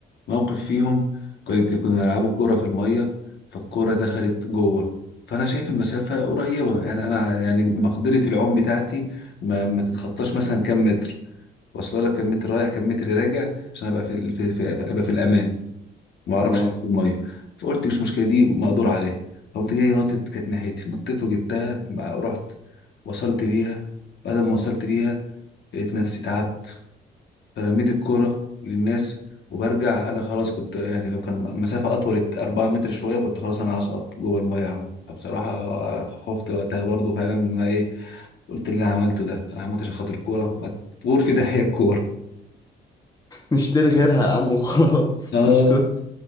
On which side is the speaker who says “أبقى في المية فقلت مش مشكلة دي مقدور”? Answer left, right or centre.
Left